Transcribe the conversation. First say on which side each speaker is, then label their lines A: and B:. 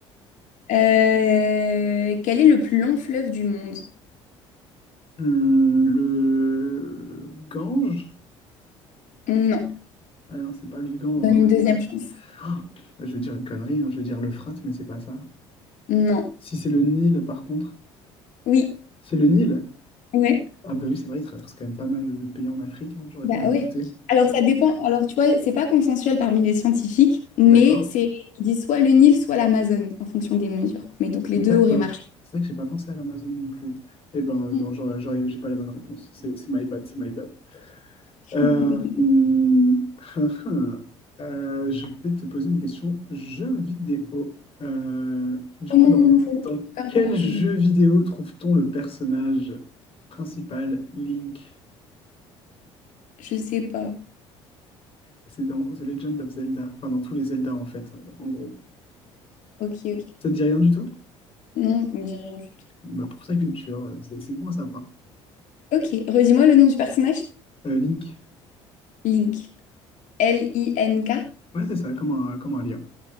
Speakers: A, on the left; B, on the left.
A: Euh, quel est le plus long fleuve du monde?
B: Hum, le Gange?
A: Non.
B: Ah non, c'est pas le Gange.
A: Donne
B: hein.
A: une deuxième chance.
B: Ah, je vais dire une connerie, hein, je vais dire le frat, mais c'est pas ça.
A: Non.
B: Si c'est le Nil, par contre,
A: Oui.
B: c'est le Nil.
A: Ouais.
B: Ah bah oui, c'est vrai, il traverse quand même pas mal de pays en Afrique, hein, j'aurais
A: Bah
B: dû m'en
A: ouais.
B: douter.
A: Alors ça dépend. Alors tu vois, c'est pas consensuel parmi les scientifiques, mais
B: D'accord,
A: c'est ils disent soit le Nil, soit l'Amazone en fonction des mesures. Mais donc les deux
B: d'accord.
A: auraient marché.
B: C'est vrai que j'ai pas pensé à l'Amazon non plus. Eh ben euh,
A: Mm.
B: non, j'aurais, j'aurais- j'ai pas la bonne réponse. C'est c'est my bad, c'est my bad.
A: <laughs>
B: Euh, hmm, <laughs> euh, je vais te poser une question jeu vidéo. Euh, du
A: Oh
B: coup,
A: non,
B: dans,
A: je
B: dans
A: préfère
B: quel
A: pas les
B: jeu
A: jeux vidéo.
B: vidéo trouve-t-on le personnage principal, Link?
A: Je sais pas.
B: C'est dans The Legend of Zelda, enfin dans tous les Zelda en fait, euh, en gros.
A: Ok, ok.
B: Ça te dit rien du tout?
A: Non, ça me dit rien du tout.
B: Bah pour sa culture, euh, c'est c'est bon à savoir.
A: Ok, redis-moi le nom du personnage.
B: Euh, Link.
A: Link. L-I-N-K.
B: Ouais, c'est ça, comme un, comme un lien.